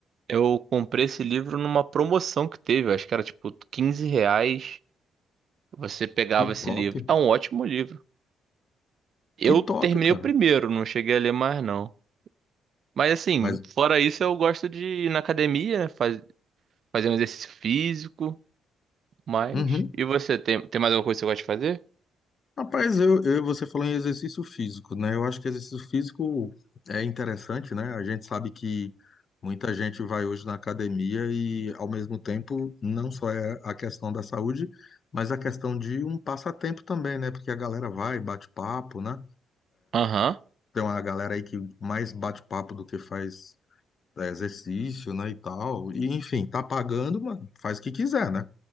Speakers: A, on the right; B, on the left.
A: Eu comprei esse livro numa promoção que teve, eu acho que era tipo 15 reais. Você pegava
B: Que
A: esse
B: top.
A: livro. É um ótimo livro. Eu
B: Que
A: terminei
B: top, cara.
A: o primeiro, não cheguei a ler mais não. Mas assim,
B: Mas.
A: fora isso, eu gosto de ir na academia, né? faz- fazer um exercício físico, mas.
B: Uhum.
A: E você, tem, tem mais alguma coisa que você gosta de fazer?
B: Rapaz, eu, eu você falando em exercício físico, né? Eu acho que exercício físico é interessante, né? A gente sabe que muita gente vai hoje na academia e, ao mesmo tempo, não só é a questão da saúde, mas a questão de um passatempo também, né? Porque a galera vai, bate papo, né?
A: Aham,
B: Tem uma galera aí que mais bate papo do que faz é, exercício, né? E tal. E, enfim, tá pagando, mano, faz o que quiser, né?